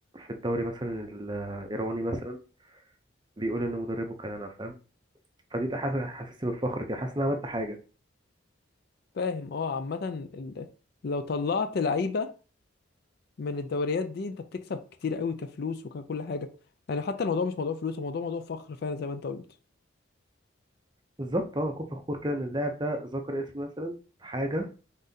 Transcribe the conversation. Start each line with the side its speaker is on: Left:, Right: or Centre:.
Right: في الدوري مثلا الإيراني مثلا بيقول إن مدربه كان أنا فاهم فدي حاجة حاسسني بالفخر كده حاسس إن أنا عملت حاجة
Left: فاهم اه عامة ال... لو طلعت لعيبة من الدوريات دي انت بتكسب كتير قوي كفلوس وككل حاجة يعني حتى الموضوع مش موضوع فلوس الموضوع موضوع موضوع فخر فعلا زي ما انت قلت
Right: بالظبط أه أكون فخور كده إن اللاعب ده ذكر اسمي مثلا في حاجة